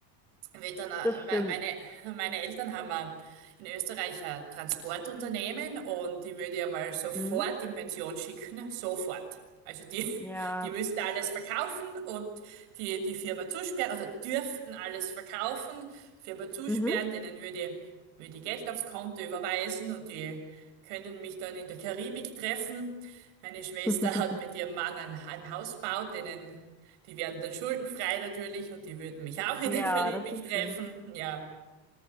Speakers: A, on the right; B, in the centre.
A: wird dann, äh,
B: das
A: me-
B: stimmt.
A: meine, meine Eltern haben äh, in Österreich ein Transportunternehmen und die würde ich mal sofort
B: Mhm.
A: in Pension schicken, sofort. Also die,
B: Ja,
A: <laughs> die müssten alles verkaufen und die, die Firma zusperren, oder dürften alles verkaufen, Firma zusperren,
B: Mhm.
A: denen würde ich, würde ich Geld aufs Konto überweisen und die können mich dann in der Karibik treffen. Meine Schwester
B: <laughs>
A: hat mit ihrem Mann ein, ein Haus gebaut, denen die werden dann schuldenfrei natürlich und die würden mich auch in
B: ja,
A: der Karibik
B: das ist
A: treffen.
B: schön.
A: Ja.